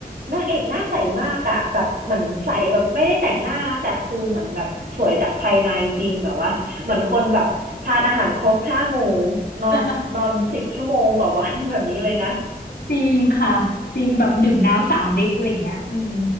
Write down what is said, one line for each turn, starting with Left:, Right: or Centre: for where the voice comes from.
Right: นางเอกหน้าใสมากอ่ะแบบเหมือนใสแบบไม่ได้แต่งหน้านะแต่คือเหมือนแบบสวยจากภายในจริงแบบว่าเหมือนคนแบบทานอาหารครบห้าหมู่นอนนอนสิบชั่วโมงต่อวัน
Left: <laughs>
Right: <laughs> แบบนี้เลยนะ
Left: จริงค่ะจริงแบบดื่มน้ำสามลิตรอะไรอย่างเงี้ยอืม